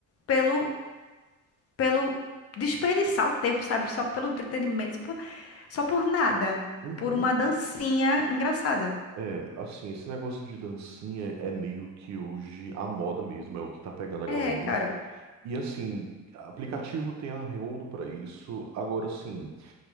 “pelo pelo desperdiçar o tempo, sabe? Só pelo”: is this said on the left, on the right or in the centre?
Left